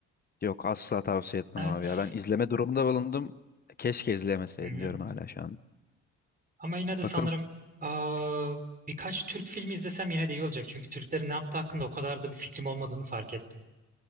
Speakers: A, on the left (about 30°); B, on the right (about 30°).
A: Yok asla tavsiye etmem
B: Evet.
A: abi ya. Ben izleme durumunda bulundum. Keşke izlemeseydim
B: Hı hı.
A: diyorum hala şu an.
B: Ama yine de sanırım
A: Bakın
B: aa, birkaç Türk filmi izlesem yine de iyi olacak. Çünkü Türklerin ne yaptığı hakkında o kadar da bir fikrim olmadığını fark ettim.